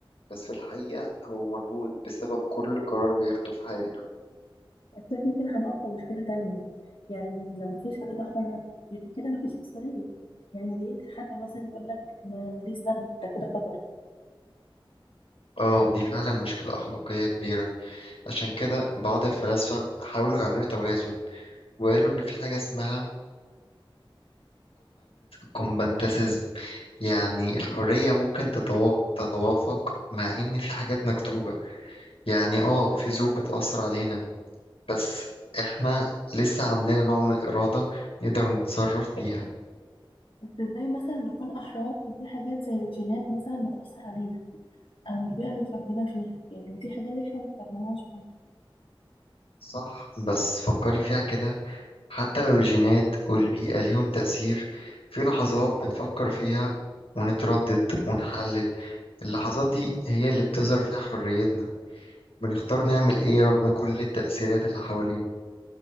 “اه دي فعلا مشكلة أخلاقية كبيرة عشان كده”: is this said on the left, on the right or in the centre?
Left